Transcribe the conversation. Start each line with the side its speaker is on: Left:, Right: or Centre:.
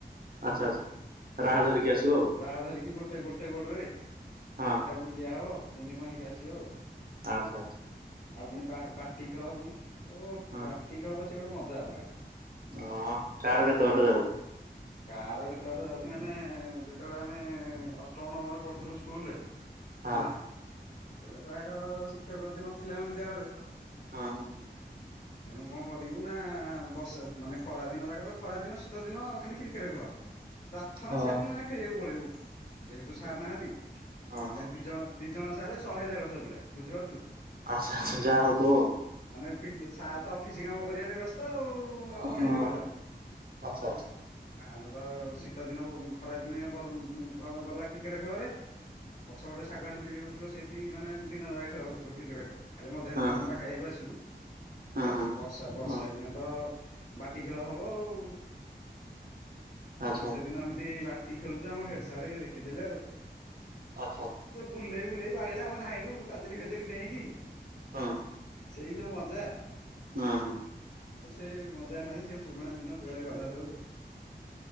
Right: ଆଚ୍ଛା ଆଚ୍ଛା।
Left: ହଁ।
Right: ରାହା ଧରିକି ଆସିବ ଆଉ
Left: ବାଡ଼ ଧରିକି ଗୋଟେ ଗୋଟେ ଗୋଡରେ
Right: ହଁ
Left: କି ତାକୁ ଦିଆହବ କେମିତି କଁ ହେଇକି ଆସିବ ଆଉ।
Right: ଆଚ୍ଛା ଆଚ୍ଛା।
Left: ଆଉ ପୁଣି ବାଟି ଖେଳ ପୁଣି ଓହ
Right: ହଁ
Left: ବାଟି ଖେଳ ସେ ଗୋଟେ ମଜା ଅଲଗା।
Right: ହଁ କାହାର କେତେ ବାଟ ଯାଉଛି।
Left: କାହାର କେତେବାଟ ଯାଉଛି ମାନେ ଯେତେବେଳେ ଆମେ ଅଷ୍ଟମ ନବମରେ ପଢୁଥିଲୁ ସ୍କୁଲରେ
Right: ହଁ
Left: ହେଲା, ସେତେବେଳେ ପ୍ରାୟ ଶିକ୍ଷକ <unintelligible> ନଥିଲା ଆମ ବିଦ୍ୟାଳୟରେ।
Right: ହଁ ହଁ।
Left: ତେଣୁ କଁ କରିବୁ ନା ବର୍ଷା ମାନେ ଖରା ଦିନ ଯାକ ତ ଖରା ଦିନ ଶୀତ ଦିନ ଖାଲି କ୍ରିକେଟେ ଖେଳ ପ୍ରାର୍ଥନା
Right: ହଁ
Left: ସାରିକି ମାନେ ଖେଳିବାକୁ ପଳେଇବୁ ଯେହେତୁ ସାର ନାହାନ୍ତି
Right: ହଁ
Left: ମାନେ
Right: ହଁ
Left: ଦି ଜଣ ଦି ଜଣ ସାରେ ଶହେ ଦେଢଶହ ପିଲା ବୁଝିପାରୁଚୁ?
Right: ଆଚ୍ଛା ଆଚ୍ଛା ଯାହା ହଉଥିବ ଆଉ।
Left: ମାନେ ପିଲ୍ ସାରେ ତ ଅଫିସ କାମ କରିବାରେ ବ୍ୟସ୍ତ ଆଉ। ଆଉ ପଢେଇବେ
Right: ହଁ
Left: କେତେବେଳେ।
Right: ଅହ।
Left: ଆମେ ତ ଶୀତଦିନ ଖରାଦିନେ ଗଲା କ୍ରିକେଟ୍ ଖେଳରେ। ପଛପଟେ ଶାଗୁଆନ ଫିଲ୍ଡି ଗୋଟେ ଥିବ ସେଇଠି ମାନେ ଦିନଯାକ ଖେଳ ହଉଥିବ କ୍ରିକେଟ ଖେଳ। ଖାଲି ମଧ୍ୟାନ
Right: ହୁଁ ହୁଁ
Left: ଭୋଜନ ଟା ଖାଇବାକୁ ଆସିବୁ।
Right: ହୁଁ
Left: ହେଲା
Right: ହୁଁ
Left: ଆଉ ବର୍ଷା ବର୍ଷା
Right: ହୁଁ
Left: ଦିନେ ତ ବାଟି ଖେଳ ହବ ଆଉ।
Right: ଆଚ୍ଛା
Left: ଗୋଟେ
Right: ଆଚ୍ଛା ହୁଁ।
Left: ଦିନ ଏମିତି ବାଟି ଖେଳୁଛୁ ଆମ ହେଡ ସାରେ ଦେଖିଦେଲେ ଆଉ।
Right: ଓହୋ।
Left: ବୁଲେଇ ବୁଲେଇ ବାଡେଇଲେ ଆମେ ଧାଇଁଲୁ ପାଚିରି ଫାଚିରି ଡେଇଁକି
Right: ହୁଁ
Left: ସେଇ ଯୋଉ ମଜା।
Right: ହଁ ହଁ।
Left: ଆଉ ସେ ମଜା ନାହିଁ ସେ ପୁରୁଣା ଦିନ କୁଆଡ଼େ ଗଲା ସବୁ।